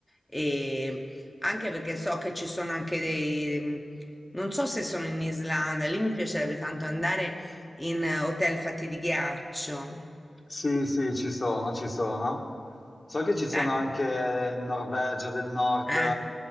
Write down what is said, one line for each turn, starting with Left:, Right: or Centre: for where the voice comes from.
Centre: e anche perché so che ci sono anche dei non so se sono in Islanda, lì mi piacerebbe tanto andare in eh, hotel fatti di ghiaccio.
Left: Sì, sì, ci sono, ci sono. So che ci sono
Centre: Eh,
Left: anche in Norvegia del Nord,
Centre: eh,